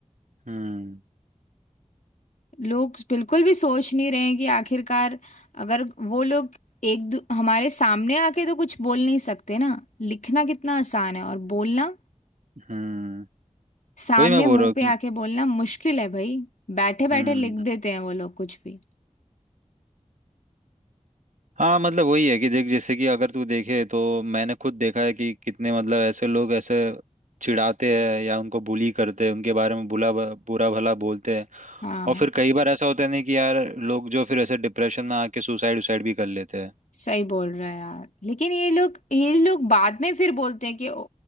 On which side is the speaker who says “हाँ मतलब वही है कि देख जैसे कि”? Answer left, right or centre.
Right